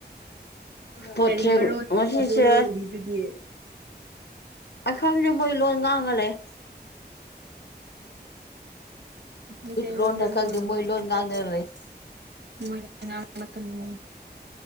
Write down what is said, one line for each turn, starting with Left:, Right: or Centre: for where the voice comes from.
Left: ꯄꯣꯠꯇꯦꯡ
Right: ꯀꯔꯤ ꯃꯔꯣꯟ
Left: ꯉꯁꯤꯁꯦ
Right: ꯑꯗꯨ ꯂꯣꯜꯂꯤꯗꯨꯗꯤ
Left: ꯈꯪꯗꯦ ꯃꯣꯢ ꯂꯣꯟ ꯉꯥꯡ ꯉꯥꯒ ꯂꯩꯌꯦ
Right: ꯃꯤꯇꯩ
Left: ꯂꯣꯟꯔ
Right: ꯂꯣꯟꯗ
Left: ꯈꯪꯗꯦ
Right: ꯂꯣꯟꯂꯣꯢ
Left: ꯃꯣꯏ ꯂꯣꯟ
Right: <unintelligible>
Left: ꯉꯥꯡꯗꯅ ꯂꯩ
Right: ꯃꯣꯢꯅ ꯉꯥꯡꯕ <unintelligible>